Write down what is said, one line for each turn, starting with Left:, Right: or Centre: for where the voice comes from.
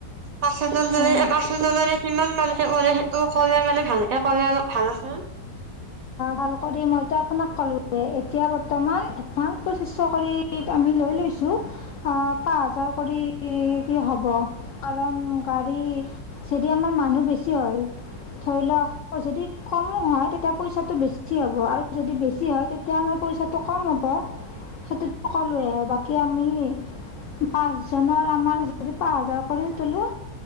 Right: পাঁচোজন
Left: হয়
Right: হ'লে পাঁচোজনৰে কিমান মানকে পৰে সেইটো ক'লে মানে ভালকে ক'লে অলপ ভাল আছিল!
Left: ভালকৰি মইতো আপোনাক ক'লোঁয়েই! এতিয়া বৰ্তমান এডভান্স পঁছিচশ কৰি আমি লৈ লৈছোঁ! আহ পাঁচ হাজাৰ কৰি। কি হ'ব কাৰণ গাড়ী যেদি আমাৰ মানুহ বেছি হয়! ধৰি লওক আকৌ যদি কমো হয় তেতিয়া। পইচাটো বেছি হ'ব আৰু যদি বেছি হয় তেতিয়া আমাৰ পইচাটো কম হ'ব! সেইটোতো ক'লোৱে, বাকী আমি। পাঁচজনৰ আমাৰ যদি পাঁচ হাজাৰ কৰি তোলোঁ।